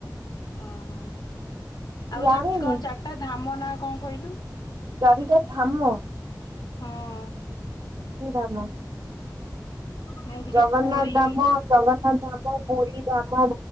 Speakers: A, on the left (about 70°); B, on the right (about 70°).
A: ଓହୋ ଆଉ
B: ଜାଣିନୁ
A: ଯୋଉ କଣ ଚାରିଟା ଧାମ ନାଁ କଣ କହିଲୁ?
B: ଚାରିଟା ଧାମ
A: ହଁ।
B: କି ଧାମ?
A: ଯେମିତିକି
B: ଜଗନ୍ନାଥ
A: ପୁରୀ
B: ଧାମ ଜଗନ୍ନାଥ ଧାମ ପୁରୀ ଧାମ